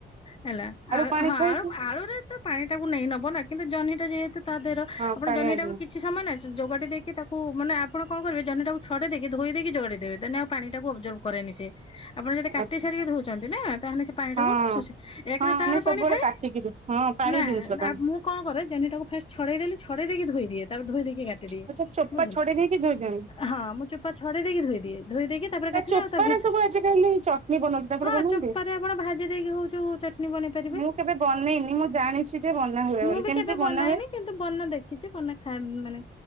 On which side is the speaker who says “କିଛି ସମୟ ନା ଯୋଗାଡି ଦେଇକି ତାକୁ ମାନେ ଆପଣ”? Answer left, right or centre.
Left